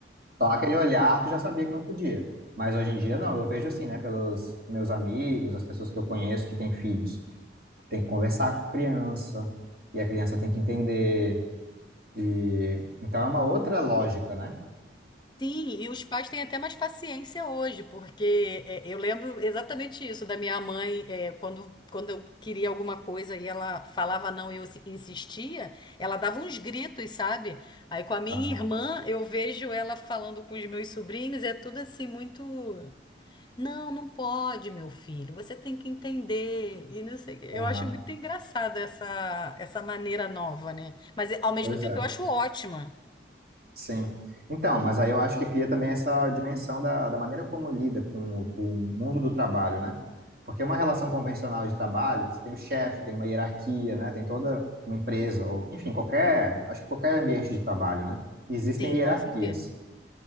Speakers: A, on the right (about 50°); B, on the left (about 25°).
A: Só aquele olhar, tu já sabia que não podia. Mas hoje em dia, não. Eu vejo assim, né? Pelos meus amigos, as pessoas que eu conheço que têm filhos. Tem que conversar com a criança. E a criança tem que entender. E... Então é uma outra lógica, né?
B: Sim, e os pais têm até mais paciência hoje, porque é, eu lembro exatamente isso da minha mãe, é, quando, quando eu queria alguma coisa e ela falava não e eu se- insistia, ela dava uns gritos, sabe? Aí com a minha
A: Aham,
B: irmã, eu vejo ela falando com os meus sobrinhos, é tudo assim muito. Não, não pode, meu filho, você tem que entender. E não sei, eu
A: aham.
B: acho muito engraçado essa, essa maneira nova, né? Mas ao mesmo
A: Pois
B: tempo
A: é.
B: eu acho ótima.
A: Sim. Então, mas aí eu acho que cria também essa dimensão da, da maneira como lida com o, o mundo do trabalho, né? Porque uma relação convencional de trabalho, você tem o chefe, tem uma hierarquia, né? Tem toda uma empresa, ou, enfim, qualquer, acho que qualquer ambiente de trabalho, né? Existem
B: Sim,
A: hierarquias.
B: com certeza.